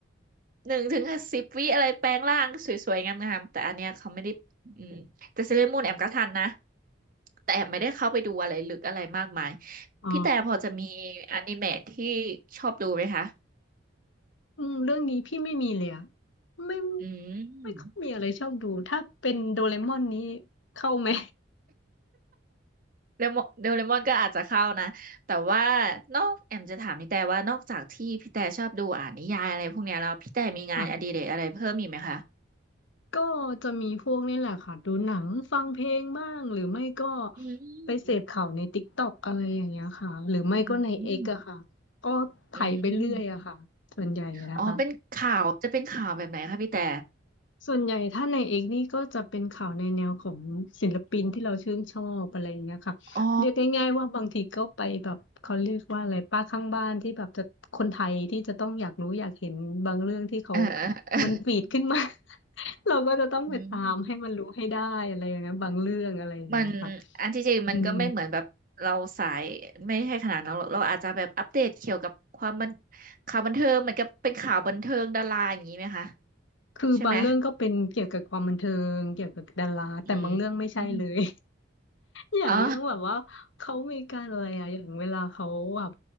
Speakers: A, on the right (about 45°); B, on the left (about 75°).
A: หนึ่งถึงสิบวิอะไรแปลงร่างสวยๆงามๆแต่อันเนี้ยเขาไม่ได้อืมแต่เซเลอรมูนแอมก็ทันนะแต่แอมไม่ได้เข้าไปดูอะไรลึกอะไรมากมาย
B: อ๋อ
A: พี่แต่พอจะมีอนิเมะที่ชอบดูไหมคะ
B: อืมเรื่องนี้พี่ไม่มีเลยอะไม่
A: อืม
B: ไม่ค่อยมีอะไรชอบดู ถ้าเป็นโดเรมอนนี้เข้าไหม
A: เลมอนเดลเลมอนก็อาจจะเข้านะแต่ว่านอกแอมจะถามพี่แต่ว่านอกจากที่พี่แต่ชอบดูอ่านนิยายอะไรพวกเนี้ยแล้วพี่แต่มีงานอดิเรกอะไรเพิ่มอีกไหมคะ
B: ค่ะก็จะมีพวกนี่แหละค่ะ ดูหนัง ฟังเพลงบ้าง หรือไม่ก็
A: อื
B: ไปเสพข่าวในติ๊กต็อกอะไรอย่างเงี้ยค่ะหรือไม่ก็ในเอ็กซ์อะค่ะ
A: มอืม
B: ก็ไถไปเรื่อยอะค่ะส่วนใหญ่นะคะ
A: อืมอ๋อเป็นข่าวจะเป็นข่าวแบบไหนคะพี่แต่
B: ส่วนใหญ่ถ้าในเอกนี่ก็จะเป็นข่าวในแนวของศิลปินที่เราชื่นชอบอะไรอย่างเงี้ยค่ะเรียกง่ายๆว่าบางทีก็ไปแบบเขาเรียกว่าอะไรป้าข้างบ้านที่แบบจะคนไทยที่จะต้องอยากรู้อยากเห็นบางเรื่องที่เขา
A: อ๋อเออ <laughs> เออ
B: มันฟีดขึ้นมา <laughs> เราก็จะต้องไปตามให้มันรู้ให้ได้อะไรอย่างเงี้ยบางเรื่องอะไรอย่างเงี้ยค่ะ
A: อืมมันอันที่จริงมันก็ไม่เหมือนแบบเราสายไม่ใช่ขนาดนั้นหรอกเราอาจจะแบบอัปเดตเกี่ยวกับความบัน
B: อืม
A: ข่าวบันเทิงเหมือนกับเป็นข่าวบันเทิงดาราอย่างนี้ไหมคะ
B: คือบางเรื่องก็เป็นเกี่ยวกับความบันเทิงเกี่ยวกับดาราแต่บางเรื่องไม่ใช่เลย
A: ใช่ไหม อืมอม
B: อย่างเรื่องแบบว่าเขามีการอะไรอะอย่างเวลาเขาแบบ
A: อ๋อ